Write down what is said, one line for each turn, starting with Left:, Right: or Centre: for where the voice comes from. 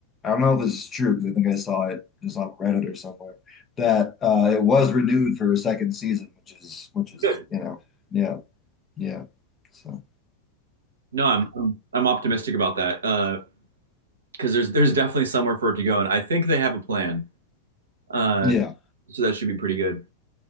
Left: i don't know if this is true because i think i saw it just on reddit or somewhere that uh it was renewed for a second season which is which is
Right: Good.
Left: you know yeah yeah so
Right: No, I'm I'm, I'm optimistic about that. Uh, because there's there's definitely somewhere for it to go, and I think they have a plan. Uh,
Left: yeah
Right: so that should be pretty good.